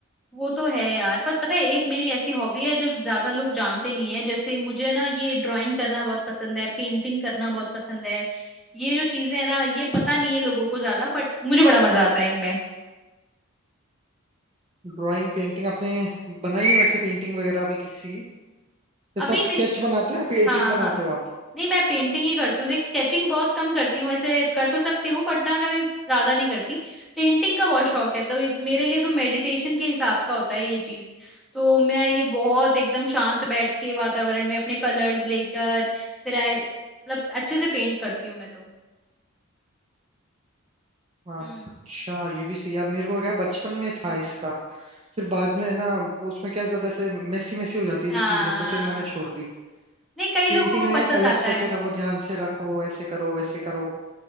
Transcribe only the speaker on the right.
ड्राइंग पेंटिंग आपने बनाई है वैसे पेंटिंग वगैरह भी किसी की जैसे
आप
स्केच बनाते हो या पेंटिंग
बनाते
हो आप
अच्छा
ये भी सही यार मेरे को क्या बचपन में था इसका फिर बाद में है ना वो उसमें क्या ज्यादा ऐसे मेसी मेसी हो जाती
थी चीजें तो फिर मैंने छोड़ दी
पेंटिंग
में क्या
कलर्स
वगैरह वो ध्यान से रखो ऐसे करो वैसे करो